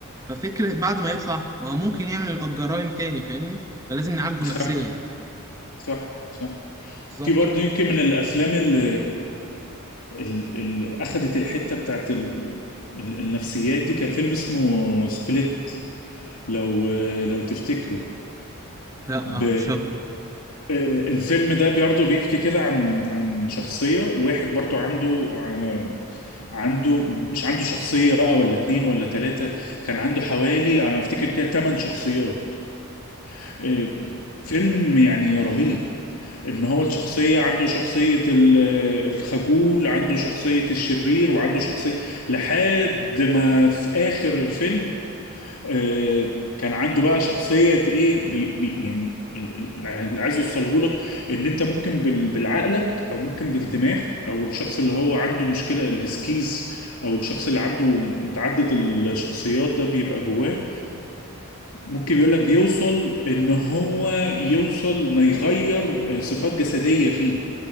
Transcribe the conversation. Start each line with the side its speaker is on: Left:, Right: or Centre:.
Right: ففكره بعد ما يطلع وهو ممكن يعمل الجرائم تاني فاهمني فلازم نعالجه نفسيا
Left: صح صح صح
Right: بالظبط
Left: في برضه يمكن من الافلام اللي, اللي اخذت الحته بتاعت ال... ال- النفسيات دي كان فيلم اسمه سبليت لو لو تفتكروا
Right: لا
Left: ب...
Right: آه، مش هقدر
Left: آه، الفيلم ده برضه بيحكي كده عن عن شخصية واحد برضه عنده آه، عنده مش عنده شخصية بقى ولا اتنين ولا تلاتة كان عنده حوالي أنا أفتكر كده تمن شخصيات آه، فيلم يعني رهيب إن هو الشخصية عنده شخصية ال- الخجول عنده شخصية الشرير وعنده شخصية لحد ما في آخر الفيلم آه، كان عنده بقى شخصية ايه بي بي يعني ال- ال- اللي عايز يوصله لك ان انت ممكن بال- بالعقلك او ممكن بالدماغ او الشخص اللي هو عنده مشكلة السكيز او الشخص اللي عنده متعدد الشخصيات ده بيبقى جواه ممكن بيقول لك بيوصل ان هو يوصل انه يغير آه، صفات جسدية فيه